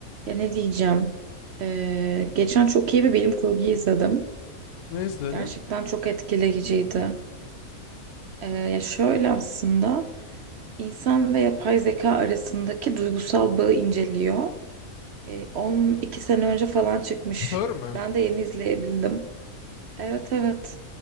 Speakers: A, on the right (about 60°); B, on the left (about 85°).
A: Ya ne diyeceğim? Ee, geçen çok iyi bir bilim kurgu izledim.
B: Ne izledin?
A: Gerçekten çok etkileyiciydi. Ee, ya şöyle aslında insan ve yapay zeka arasındaki duygusal bağı inceliyor. Ee, 12 sene önce falan çıkmış.
B: Her mü?
A: Ben de yeni izleyebildim. Evet evet.